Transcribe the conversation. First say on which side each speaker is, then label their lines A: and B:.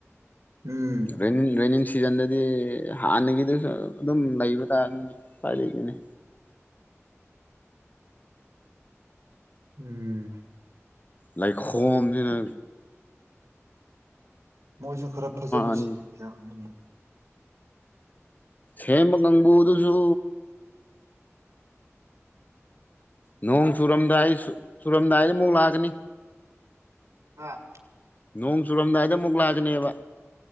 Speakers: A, on the right; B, on the left.
A: ꯎꯝ
B: ꯔ ꯔꯅꯤ ꯁꯤꯖꯟꯗꯗꯤ ꯍꯥꯟꯅꯒꯤꯗꯨꯁꯨ ꯑꯗꯨꯝ ꯂꯩꯕ ꯇꯥꯔꯅꯤꯅꯦ ꯈ꯭ꯋꯥꯏꯗꯒꯤꯗꯒꯤꯅꯦ
A: ꯎꯝ
B: ꯂꯥꯏꯛ ꯍꯣꯝꯁꯤꯅ
A: ꯃꯣꯏꯁꯨ ꯈꯔ ꯐꯖꯅ
B: ꯑꯅꯤ
A: ꯁꯦꯝꯕ ꯌꯥꯅꯤ
B: ꯁꯦꯝꯕ ꯀꯥꯡꯕꯨ ꯑꯗꯨꯁꯨ ꯅꯣꯡ ꯆꯨꯔꯝꯗꯥꯏ ꯆꯨꯔꯝꯗꯥꯏꯗ ꯑꯃꯨꯛ ꯂꯥꯛꯑꯀꯅꯤ
A: ꯑꯥ
B: ꯅꯣꯡ ꯆꯨꯔꯝꯗꯥꯏꯗ ꯑꯃꯨꯛ ꯂꯥꯛꯀꯅꯦꯕ